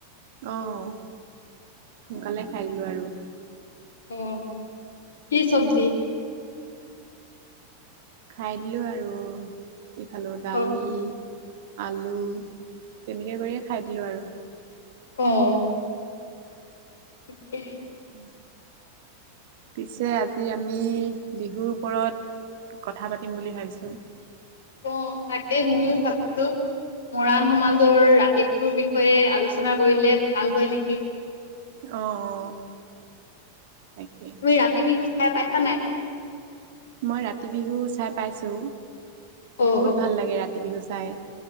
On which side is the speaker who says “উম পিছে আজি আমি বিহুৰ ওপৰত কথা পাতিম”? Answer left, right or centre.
Right